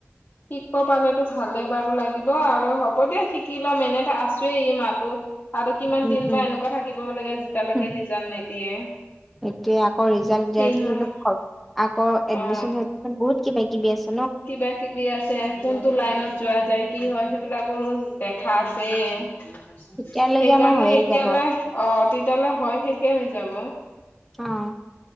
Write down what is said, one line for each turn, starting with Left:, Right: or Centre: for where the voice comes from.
Left: শিকব পালেতো ভালেই বাৰু লাগিব আৰু হ'ব দে শিকি লম এনেটো আছোৱেই এই মাহটো। আৰু কিমান
Centre: উম
Left: দিন
Centre: উম।
Left: বা এনেকুৱা থাকিব লাগে যেতিয়ালৈকে
Centre: হুম।
Left: ৰিজাল্ট নিদিয়ে।
Centre: এতিয়া আকৌ ৰিজাল্ট দিয়াৰ
Left: তিন
Centre: পিছত
Left: মাহ
Centre: অলপ আকৌ এডমিশ্যন
Left: অ
Centre: এডমিশ্যন বহুত কিবা কিবি আছে‌।
Left: কিবা কিবি আছে কোনটো লাইনত যোৱা যায় কি হয় সেইবিলাকৰো দেখা আছে আ হা হুম হুম
Centre: তেতিয়ালৈকে
Left: সেইকাৰণে
Centre: আমাৰ হৈয়ে
Left: এতিয়ালৈ
Centre: যাব।
Left: অ তেতিয়ালৈ হয় শেষে হৈ যাব।
Centre: চ অ অ অ